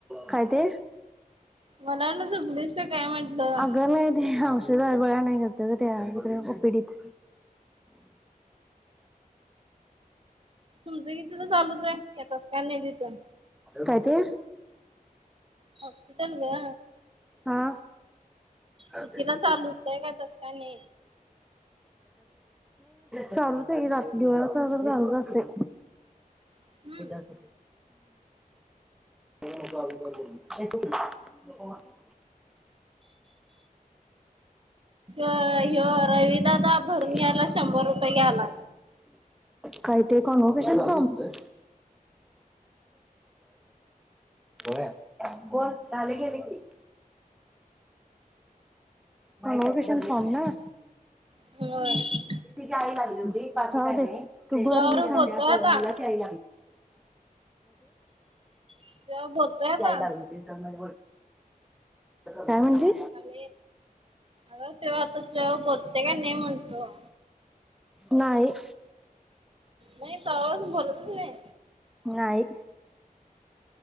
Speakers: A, in the centre; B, on the right.
A: काय ते
B: मला वाटलं झोपलीस का काय म्हटलं
A: अगं बाई ते औषध तबळा नाही करत का त्याप पिडीत
B: तुमचं किती तर चालच आहे येतस का नाही तिथं
A: काय ते
B: हॉस्पिटल ग
A: हा नाही
B: कितीला चालू होतय काय तस काय नाही
A: चालूच आहे र दिवाळाच झालच असते
B: हम्म
A: ते जा से <inaudible>
B: अ यो रवी दादा भरून
A: <inaudible>
B: घ्यायला शंभर रुपये घ्यायला
A: काही ते कामावर कशाला थांबते हो बोल झाले गेले की थांब लोकेशन थांबल
B: हो
A: तिच्या आईला येऊ दे हो काय त्या
B: तुझ्यावर बोलतोय आता
A: मुलगाची आई
B: तुझ्यावर बोलतोय आता
A: लागली होती सग काय म्हणते
B: ले अगं तेव्हा आता ज बोलते का नाही म्हणटतो
A: नाही
B: नाही तवापासून बोलतच नाही
A: नाही